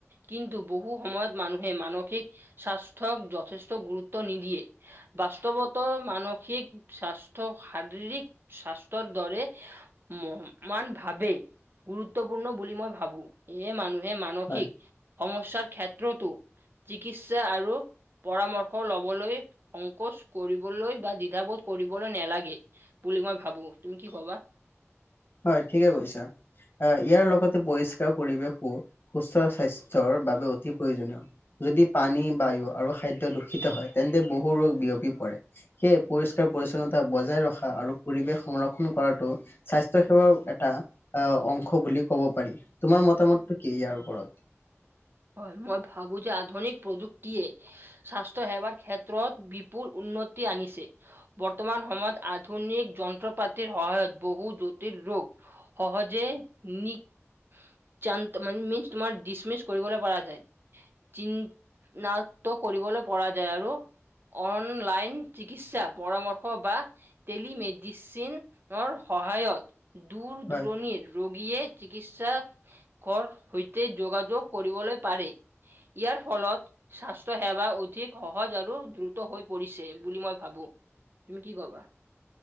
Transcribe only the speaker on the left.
হয়
হয় ঠিকই কৈছা। হয় ইয়াৰ লগতে পৰিষ্কাৰ পৰিৱেশো সুস্থ স্বাস্থ্যৰ বাবে অতি প্ৰয়োজনীয়। যদি পানী বায়ু আৰু খাদ্য দূষিত হয় তেন্তে বহু ৰোগ বিয়পি পৰে। সেই পৰিষ্কাৰ পৰিচ্ছন্নতা বজাই ৰখা আৰু পৰিৱেশ সংৰক্ষণ কৰাটো স্বাস্থ স্বাস্থ্য সেৱাৰ এটা আহ অংশ বুলি ক'ব পাৰি তোমাৰ মতামতটো কি ইয়াৰ ওপৰত?
হয়